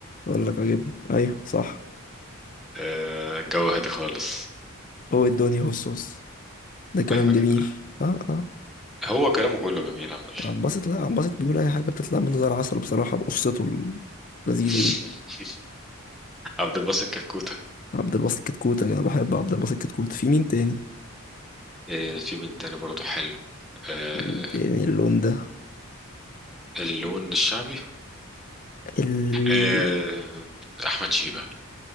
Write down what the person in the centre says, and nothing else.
آه، الجو هادي خالص
ايوه كده
هو كلامه كله جميل عامة
<laughs>
عبد الباسط كتكوتة
آه، في من تاني برضه حلو آه،
اللون الشعبي
آه، احمد شيبة